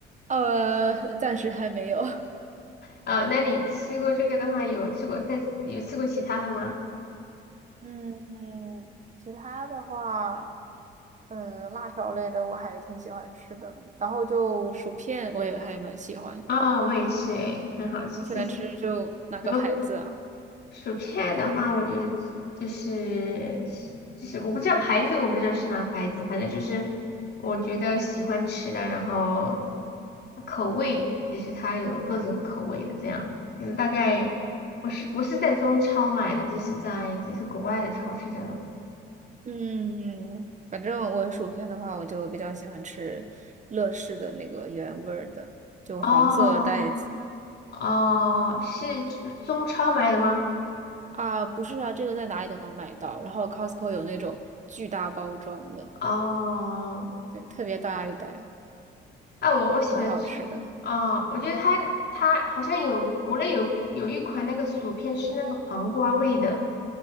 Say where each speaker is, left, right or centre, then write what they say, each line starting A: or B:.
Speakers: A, on the right; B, on the left.
A: 呃，<laughs> 暂时还没有。
B: 呃，那你吃过这个的话，有吃过再有吃过其他的吗？
A: 嗯嗯，其他的话，呃，辣条类的我还挺喜欢吃的。然后就薯片我也还蛮喜欢，
B: 哦，我也是诶，很好吃。
A: 你喜欢吃就哪个牌子啊？
B: 是什么薯片的话，我觉得就是就是我不知道牌子，我不知道是哪个牌子，反正就是我觉得喜欢吃的，然后口味就是它有各种口味的这样，就是大概我是不是在中超买的，就是在就是国外的超市这种。
A: 嗯，反正我薯片的话，我就比较喜欢吃乐事的那个原味儿的，就黄色袋子
B: 哦哦，是中超买的吗？
A: 啊，不是啊，这个在哪里都能买到。然后 Costco 有那种巨大包装的，
B: 哦。
A: 对，特别大一袋，
B: 啊，我我喜欢吃啊、
A: 挺好吃的。
B: 我觉得它它好像有国内有有一款那个薯片是那个黄瓜味的，